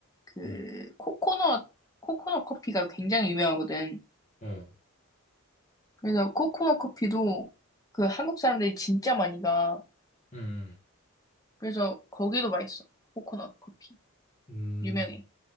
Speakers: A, on the left; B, on the left.
A: 그
B: 어,
A: 코코넛 코코넛 커피가 굉장히 유명하거든.
B: 어,
A: 그래서 코코넛 커피도 그 한국 사람들이 진짜 많이 가.
B: 음,
A: 그래서 거기도 맛있어. 코코넛 커피
B: 음,
A: 유명해.